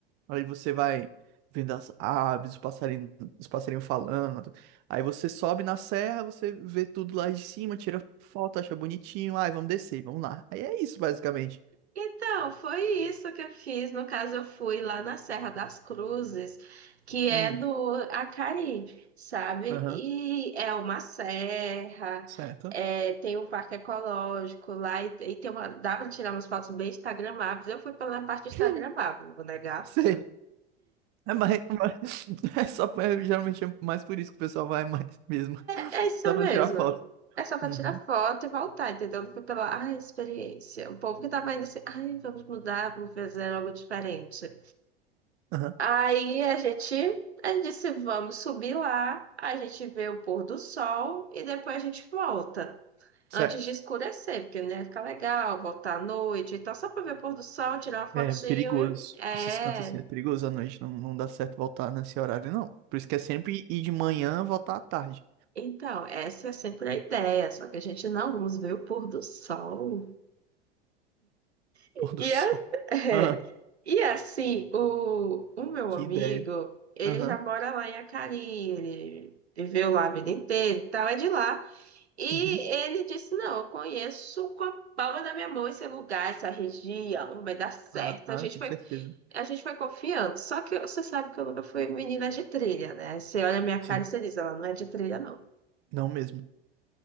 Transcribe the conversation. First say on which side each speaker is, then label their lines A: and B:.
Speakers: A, on the right; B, on the right.
A: Aí você vai vendo as aves, os passarinhos, os passarinhos falando. Aí você sobe na serra, você vê tudo lá de cima, tira foto, acha bonitinho. Ai, vamos descer, vamos lá. Aí é isso, basicamente.
B: Então, foi isso que eu fiz. No caso, eu fui lá na Serra das Cruzes, que é
A: Hum,
B: no Acari, sabe?
A: Aham,
B: E é uma serra,
A: certo.
B: é, tem um parque ecológico lá e, e tem uma, dá para tirar umas fotos bem instagramáveis. Eu fui pela parte instagramável,
A: <laughs>
B: não vou negar.
A: sei. É mais, mas- <laughs> é só, é, geralmente é mais por isso que o pessoal vai mais mesmo.
B: É isso
A: Só pra
B: mesmo.
A: tirar foto.
B: É só pra
A: Uhum,
B: tirar foto e voltar, entendeu? Não foi pela, ai, experiência. O povo que tava indo assim, ai, vamos mudar, vamos fazer algo diferente.
A: aham,
B: Aí a gente, a gente disse, vamos subir lá, a gente vê o pôr do sol e depois a gente volta.
A: certo.
B: Antes de escurecer, porque não ia ficar legal, voltar à noite. Então, só pra ver o pôr do sol, tirar uma fotinho
A: É perigoso.
B: e... É...
A: Esses cantos assim é perigoso à noite. Não, não dá certo voltar nesse horário, não. Por isso que é sempre ir de manhã, voltar à tarde.
B: Então, essa é sempre a ideia, só que a gente não vamos ver o pôr do sol.
A: <laughs>
B: E,
A: Pôr do sol.
B: a- <laughs>
A: Ah,
B: e assim, o, o meu
A: que
B: amigo,
A: ideia.
B: ele
A: Aham.
B: já mora lá em Acari, ele viveu lá a vida inteira e tal, é de lá. E
A: Uhum.
B: ele disse: Não, eu conheço com a palma da minha mão esse lugar, essa região, vai dar certo.
A: Claro,
B: A gente
A: com
B: foi,
A: certeza.
B: a gente foi confiando. Só que você sabe que eu nunca fui menina de trilha, né? Você olha a minha
A: Sim.
B: cara e você diz: Ela não é de trilha, não.
A: Não mesmo.